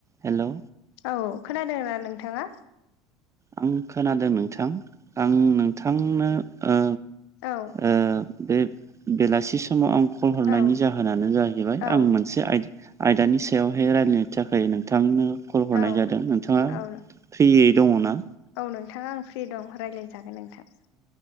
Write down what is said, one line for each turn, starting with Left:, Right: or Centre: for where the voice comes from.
Right: Hello
Left: औ खोनादों ना नोंथाङा?
Right: आं खोनादों नोंथां आं नोंथांनो ओ
Left: औ
Right: ओ बे बेलासि समाव आं कल हरनायनि
Left: औ
Right: जाहोनानो जाहैबाय
Left: औ
Right: आं मोनसे आइ आयदानि सायावहाय रायलायनो थाखाय नोंथांनो कल हरनाय
Left: औ
Right: जादों नोंथाङा
Left: औ
Right: फ्रियै दङ ना?
Left: औ नोंथाङा आं फ्रि दं रायज्लायजागोन नोंथां।